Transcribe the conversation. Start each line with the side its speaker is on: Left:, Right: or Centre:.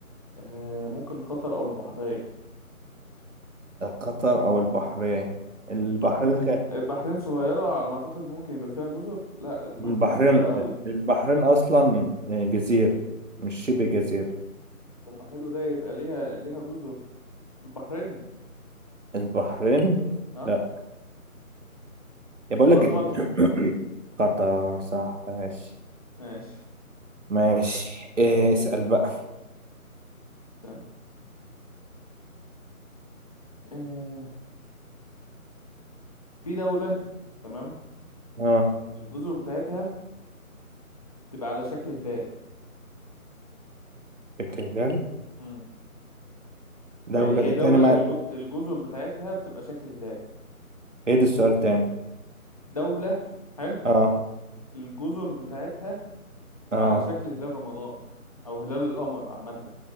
Left: آه ممكن قطر أو البحرين
Right: قطر او البحرين البحرين
Left: البحرين
Right: خ... <clears throat>
Left: البحرين صغيرة على ما أعتقد ممكن يبقى فيها جزر لا البحرين
Right: البحرين
Left: صغيرة قوي
Right: البحرين اصلا جزيرة مش شبه جزيرة
Left: طب ما حلو ده يبقى ليها ليها جزر البحرين
Right: البحرين
Left: ها
Right: لا يا بقول
Left: يبقى
Right: لك
Left: قطر
Right: الد- <coughs> <clears throat> قطر صح ماشي
Left: ماشي
Right: ماشي إيه اسأل بقى
Left: استنى آه في دولة تمام
Right: اه
Left: الجزر بتاعتها تبقى على شكل هلال
Right: التهلال
Left: مم.
Right: دولة
Left: يعني هي دولة
Right: تاني ما
Left: الج... الجزر بتاعتها بتبقى شكل هلال
Right: ايه ده السؤال تاني
Left: دولة حلو
Right: اه
Left: الجزر بتاعتها تبقى
Right: اه
Left: على شكل هلال رمضان او هلال القمر عامه